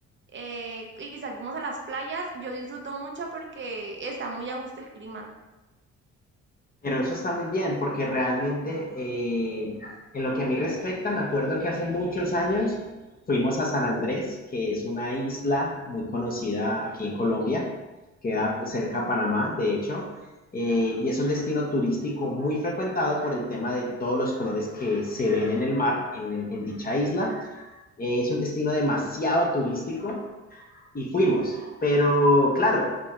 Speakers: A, on the right; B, on the left.
A: eh, y salimos a las playas, yo disfruto mucho porque está muy a gusto el clima.
B: Pero eso está muy bien, porque realmente, eh, en lo que a mí respecta, me acuerdo que hace muchos años fuimos a San Andrés, que es una isla muy conocida aquí en Colombia, queda pues, cerca a Panamá, de hecho, eh, y es un destino turístico muy frecuentado por el tema de todos los colores que se ven en el mar, en, en- en dicha isla. Eh, es un destino demasiado turístico y fuimos. Pero claro,